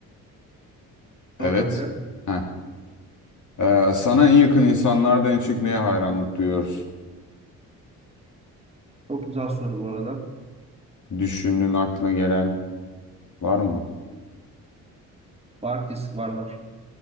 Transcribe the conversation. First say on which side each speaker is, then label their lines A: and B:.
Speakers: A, on the right (about 15°); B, on the left (about 45°).
A: Sor
B: Evet.
A: kanka.
B: Ha. Ee, sana en yakın insanlarda en çok neye hayranlık duyuyoruz?
A: Çok güzel soru bu arada.
B: Düşündüğün aklına gelen var mı?
A: Var kesin var var.